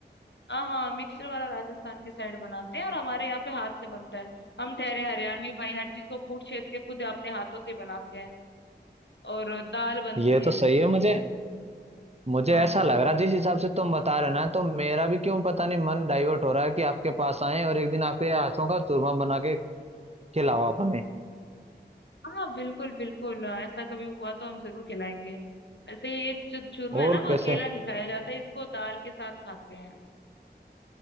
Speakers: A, on the left (about 80°); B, on the right (about 35°).
A: हाँ हाँ मिक्सचर वाला राजस्थान के साइड बनाते हैं और हमारे यहाँ पे हाथ से बनता है हम ठहरे हरियाणवी भाई हर चीज को कूट छेद के खुद अपने हाथों से ही बनाते हैं और दाल बनती
B: ये
A: है
B: तो सही है मुझे मुझे
A: हाँ
B: ऐसा
A: बोलो
B: लग रहा जिस हिसाब से तुम बता रहे हो ना तो मेरा भी क्यों पता नहीं मन डाइवर्ट हो रहा है कि आपके पास आए और एक दिन आपके हाथों का चूरमा बना के खिलाओ आप हमें
A: हाँ बिल्कुल बिल्कुल हाँ, ऐसा कभी हुआ तो हम जरूर खिलाएंगे वैसे ये जो चूरमा है
B: और
A: ना वो
B: कैसे
A: अकेला नहीं खाया जाता इसको दाल के साथ खाते हैं